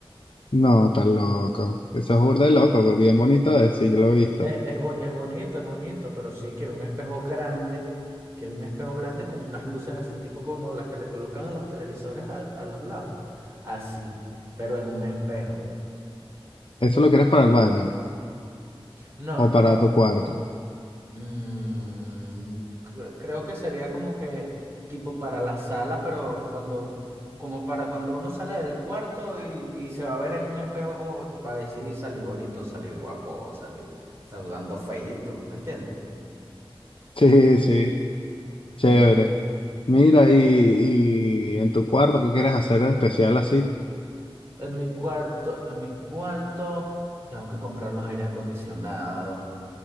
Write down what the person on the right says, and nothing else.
Es, es, bo- es bonito, es bonito, pero sí, quiero un espejo grande. Quiero un espejo grande con unas luces así, tipo como las que le colocan a los televisores a, a los lados. Así, pero en un espejo.
No,
no.
Mm, cre- creo que sería como que tipo para la sala, pero cuando, como para cuando uno sale del cuarto y, y se va a ver en un espejo como porque para decir salí bonito, salí guapo, salí saludando feíto, ¿me entiendes?
De-
en mi cuarto, en mi cuarto tengo que comprar los aire acondicionados.